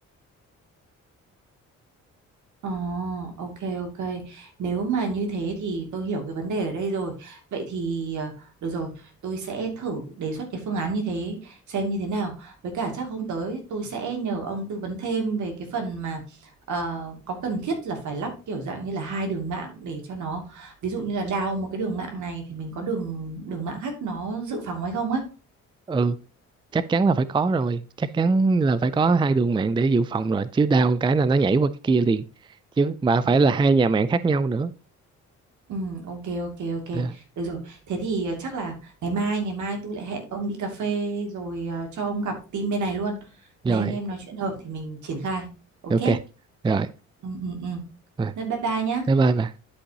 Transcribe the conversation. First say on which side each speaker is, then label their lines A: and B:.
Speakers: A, on the right (about 75°); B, on the right (about 15°).
A: Ờ, ok ok. Nếu mà như thế thì tôi hiểu cái vấn đề ở đây rồi. Vậy thì ờ, được rồi, tôi sẽ thử đề xuất cái phương án như thế xem như thế nào. Với cả chắc hôm tới tôi sẽ nhờ ông tư vấn thêm về cái phần mà ờ, có cần thiết là phải lắp kiểu dạng như là hai đường mạng để cho nó ví dụ như là đào một cái đường mạng này thì mình có đường đường mạng khác nó dự phòng hay không á.
B: ừ chắc chắn là phải có rồi chắc chắn là phải có hai đường mạng để dự phòng rồi chứ đau một cái là nó nhảy qua cái kia liền chứ mà phải
A: Ừ.
B: là hai nhà mạng khác nhau nữa
A: Ừ, ok ok ok
B: à,
A: được rồi thế thì ờ, chắc là ngày mai ngày mai tôi lại hẹn ông đi cà phê rồi ờ, cho ông gặp team bên này luôn
B: rồi
A: mấy anh em nói chuyện hợp thì mình triển khai ok
B: ok rồi,
A: ừ ừ ừ
B: rồi.
A: thế bye bye nhá
B: bye bye bà.